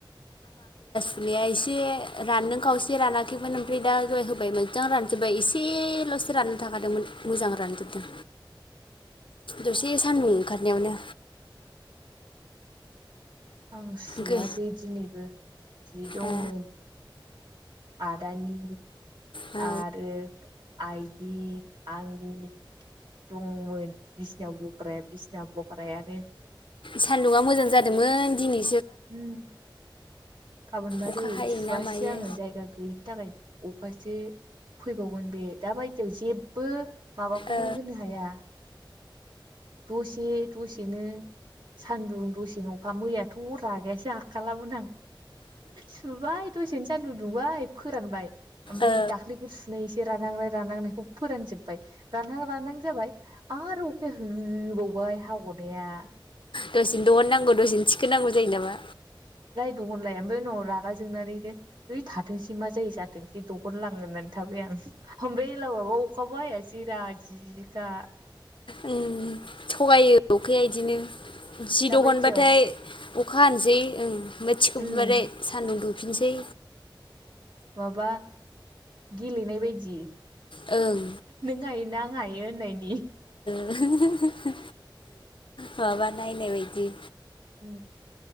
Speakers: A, on the left; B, on the right.
A: बिमाया एसे ओ रानदों खावसे रानाखैमोन ओमफ्राय दा जय होबाय मोजां रानजोब्बाय एसेल' दसे राननो थाखादोंमोन मोजां रानजोबदों। दसे सानदुं ओंखारनायावनो
B: आं सुवासै
A: गो
B: दिनैबो जि दंमोन।
A: आ
B: आदानि
A: औ
B: आरो आइनि आंनि दंमोन बिसनायाव बग्राया बिसना बग्रायानो
A: सान्दुंआ मोजां जादोंमोन दिनै
B: उम गाबोन मा
A: अखा
B: जायो
A: हायो
B: सुवासै
A: ना मायो
B: आङो जायगा गैयिनि थाखायनो अखासो फैबावगोन बे दाबायदियाव जेबो माबाखौनो
A: ओ
B: होनो हाया दसे दसेनो सान्दुं दसे न‌ अखा मैयाथ' हर रागायासो आखालामोन आं सुबाय दसेनो सानदुं दुंबाय फोरानबाय। अमफ्राय
A: ओ
B: दाख्लैबो सुनै एसे रानहांनाय रानहांनायखौ फोरानजोबबाय रानहां रानहां जाबाय आरो अखाया होबाव हागनाया
A: दसेनो दहन नांगौ दसेनो थिखो नांगौ जायो नामा?
B: दहन लाया ओमफ्राय उनाव रागा जोंनानैनो हैै थाथोंसै मा जायो जाथ स दखनलाङो होननानै थाबाय आं ओमफ्राय एलाबाबा अखाबो <unintelligible>
A: औ थगायो अखाया इदिनो। जि
B: दाबायदियाव
A: दहोननबाथाय अखा हानोसै बोथिखोबाथाय
B: उम
A: सान्दुं दुफिनसै
B: माबा गेलेनाय बायदि
A: ओं
B: नों हायोना आं हायो होननायनि
A: हो हो हो बाबा ना नायनायबायदि
B: उम।